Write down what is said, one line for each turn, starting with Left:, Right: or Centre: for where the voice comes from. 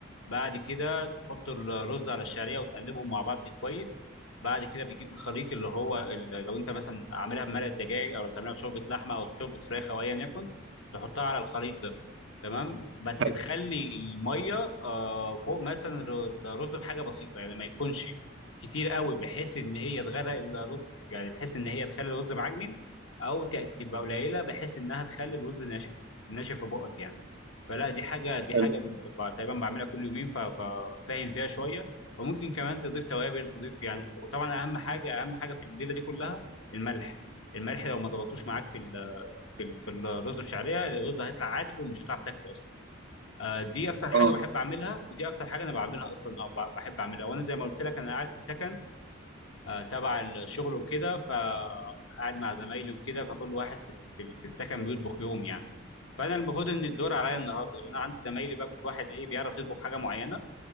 Left: بعد كده تحط الرز على الشعريه وتقلبهم مع بعض كويس بعد كده بتجيب الخليط اللي هو ال- لو انت مثلا عاملها بمرق الدجاج او لو تعملها بشوربه لحمه او شوربه فراخ او ايا يكن تحطها على الخليط ده تمام بس
Right: حلو
Left: تخلي الميه آه فوق مثلا الر- الرز بحاجه بسيطه يعني ما يكونش كتير قوي بحيث ان هي تغرق الرز يعني بحيث ان هي تخلي الرز معجن او ت- تبقى قليله بحيث انها تخلي الرز ناشف ناشف في بقك يعني فلا دي حاجه دي
Right: حلو
Left: حاجه ب- تقريبا بعملها كل يومين ف- ففاهم فيها شويه وممكن كمان تضيف توابل تضيف يعني وطبعا اهم حاجه اهم حاجه في الليله دي كلها الملح الملح لو ما ظبطوش معاك في ال في ال في الرز بشعريه الرز هيطلع عادب ومش هتعرف تاكله اصلا آه، دي اكتر حاجه
Right: اه
Left: بحب اعملها ودي اكتر حاجه انا بعملها اصلا او ب- بحب اعملها وانا زي ما قلت لك انا قاعد في سكن آه، تبع الشغل وكده فقعد مع زمايلي وكده فكل واحد في الس- في ال- في السكن بيطبخ يوم يعني فانا المفروض ان الدور عليا النهارده وانا عندي زمايلي بقى كل واحد ايه بيعرف يطبخ حاجه معينه